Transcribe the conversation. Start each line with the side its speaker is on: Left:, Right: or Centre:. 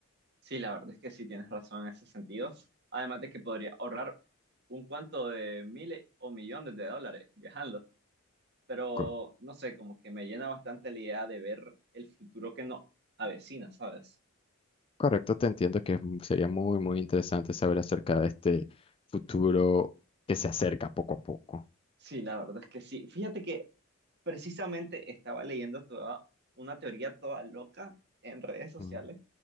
Right: Sí, la verdad es que sí tienes razón en ese sentido. Además de que podría ahorrar un cuanto de miles o millones de dólares viajando. pero
Left: Co-
Right: no sé, como que me llena bastante la idea de ver el futuro que nos avecina, ¿sabes?
Left: Correcto, te entiendo que sería muy, muy interesante saber acerca de este futuro que se acerca poco a poco.
Right: Sí, la verdad es que sí. Fíjate que precisamente estaba leyendo toda una teoría toda loca en redes sociales
Left: Mm.